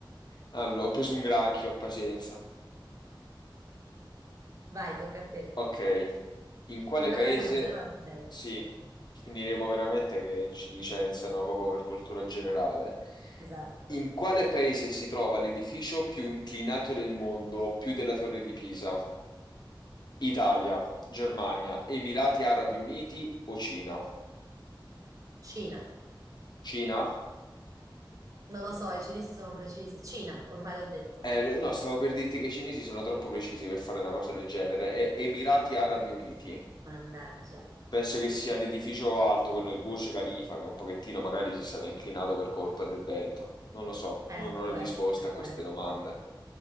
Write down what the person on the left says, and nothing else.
Allora, ho preso un granchio, pazienza.
Ok. In quale
paese?
Sì, finiremo veramente che ci licenziano proprio per cultura generale.
In quale paese si trova l'edificio più inclinato del mondo, più della Torre di Pisa? Italia, Germania, Emirati Arabi Uniti o Cina?
Cina?
Eh, lo- no, stavo per dirti che i cinesi sono troppo precisi per fare una cosa del genere. E- Emirati Arabi Uniti.
Penso che sia l'edificio alto, quello del Burj Khalifa, che un pochettino magari si sarà inclinato per colpa del vento. Non lo so,
non ho
le risposte
a
queste
domande.